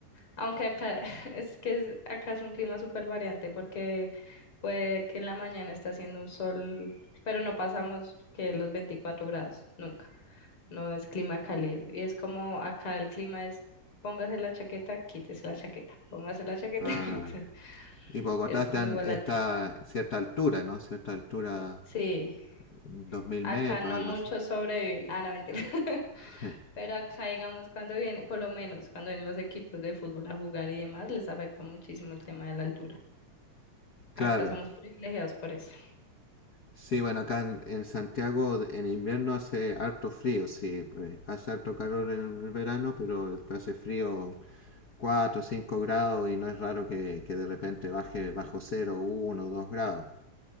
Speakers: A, on the left; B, on the left.
A: Aunque acá <laughs> es que es- acá es un clima súper variante porque puede que en la mañana esté haciendo un sol, pero no pasamos que los 24 grados, nunca. No es clima cálido. Y es como acá el clima es póngase la chaqueta, quítese la chaqueta, póngase la chaqueta,
B: Ah,
A: <laughs> quítese.
B: y Bogotá
A: Es
B: está
A: muy
B: en
A: volátil.
B: esta cierta altura, ¿no? Cierta altura,
A: Sí,
B: 2000
A: acá
B: metros,
A: no
B: algo
A: muchos
B: así.
A: sobreviven. Ah, no, mentira. <laughs>
B: <laughs>
A: Pero acá, digamos, cuando viene, por lo menos cuando vienen los equipos de fútbol a jugar y demás, les afecta muchísimo el tema de la altura.
B: Claro.
A: Acá somos privilegiados por eso.
B: Sí, bueno, acá en, en Santiago en invierno hace harto frío, sí, pues, hace harto calor en el verano, pero después hace frío 4 o 5 grados y no es raro que, que de repente baje bajo 0, 1, 2 grados.